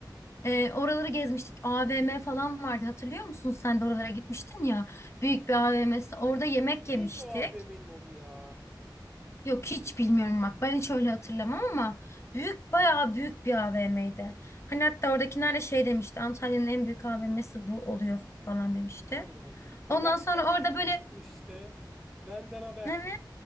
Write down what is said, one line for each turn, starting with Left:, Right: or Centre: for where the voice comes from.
Left: Ee, oraları gezmiştik AVM falan vardı hatırlıyor musun sen de oralara gitmiştin ya büyük bir AVM'si orada yemek
Centre: neydi
Left: yemiştik.
Centre: o AVM'nin adı ya?
Left: Yok hiç bilmiyorum bak ben hiç öyle hatırlamam ama büyük bayağı büyük bir AVM'ydi. Hani hatta oradakiler de şey demişti Antalya'nın en büyük AVM'si bu oluyor falan demişti.
Centre: Allah Allah. E
Left: Ondan
Centre: ben
Left: sonra
Centre: sen de gitmişsin
Left: orada böyle
Centre: işte. Benden habersiz.
Left: ne mi?